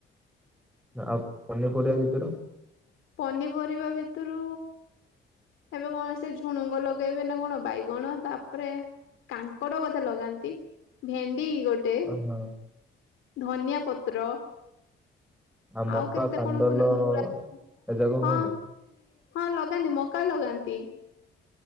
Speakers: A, in the centre; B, on the left.
A: ଆପ୍ ପିନିପରିବା ବିଷସୟ ର।
B: ପନିପରିବା ଭିତରୁ ଏବେ କଣ ସେ ଝୁଣୁଙ୍ଗ ଲଗେଇବେ ନା କଣ ବାଇଗଣ ତାପରେ କାଙ୍କଡ ବୋଧେ ଲଗାନ୍ତି ଭେଣ୍ଡି ଡି ଗୋଟେ
A: ଓହୋ
B: ଧନିଆ ପତ୍ର
A: ଆ ମକା
B: ଆଉ କେତେ
A: କାଣ୍ଡଲ
B: କଣ ପନି ମୂଳା
A: ଏ ଯାକ
B: ହଁ
A: ହୁଏନି?
B: ହଁ ଲଗାନ୍ତି ମକା ଲଗାନ୍ତି।